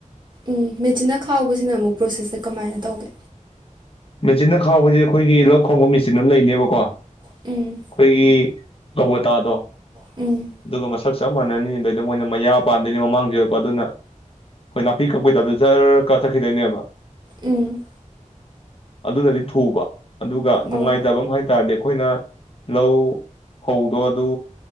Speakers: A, on the right; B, on the left.
A: ꯎꯝ ꯃꯦꯆꯤꯟꯅ ꯈꯥꯎꯕꯁꯤꯅ ꯑꯃꯨꯛ ꯄ꯭ꯔꯣꯁꯦꯁꯁꯦ ꯀꯃꯥꯏꯅ ꯇꯧꯒꯦ
B: ꯃꯦꯆꯤꯟꯅ ꯈꯥꯎꯕꯖꯦ ꯑꯩꯈꯣꯏꯒꯤ ꯂꯧ ꯈꯥꯎꯕ ꯃꯦꯆꯤꯟ ꯑꯃ ꯂꯩꯅꯦꯕꯀꯣ ꯑꯩꯈꯣꯏꯒꯤ
A: ꯎꯝ
B: ꯀꯕꯣꯇꯥꯗꯣ
A: ꯎꯝ
B: ꯑꯗꯨꯒ ꯃꯁꯛ ꯆꯞ ꯃꯅꯅꯤ ꯑꯗꯩꯗ ꯃꯣꯏꯅ ꯃꯌꯥ ꯄꯥꯟꯗꯣꯏꯅꯤ ꯃꯃꯥꯡꯖꯤꯗꯀꯣ ꯑꯗꯨꯅ ꯑꯩꯈꯣꯏ ꯅꯥꯄꯤ ꯀꯛꯄꯩꯗ ꯖꯔ ꯀꯥ ꯆꯠꯈꯤꯗꯣꯏꯅꯦꯕ
A: ꯎꯝ
B: ꯑꯗꯨꯅꯗꯤ ꯊꯨꯕ ꯑꯗꯨꯒ ꯅꯨꯡꯉꯥꯏꯇꯕ
A: ꯑꯣ
B: ꯑꯃ ꯍꯥꯏꯇꯥꯥꯔꯗꯤ ꯑꯩꯈꯣꯏꯅ ꯂꯧ ꯐꯧꯗꯣ ꯑꯗꯨ